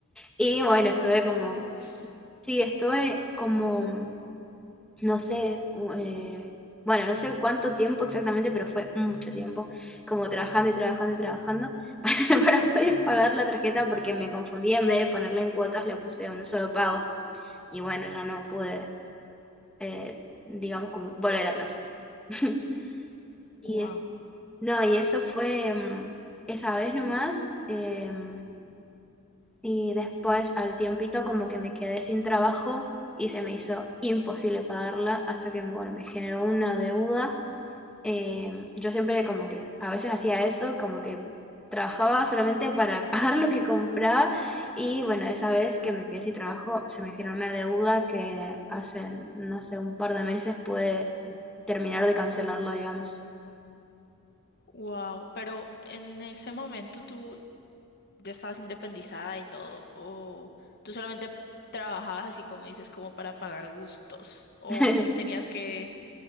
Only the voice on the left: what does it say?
Dios,
wow,
wow, pero en ese momento tú ya estabas independizada y todo, o tú solamente trabajabas así como dices, como para pagar gustos, o
si tenías que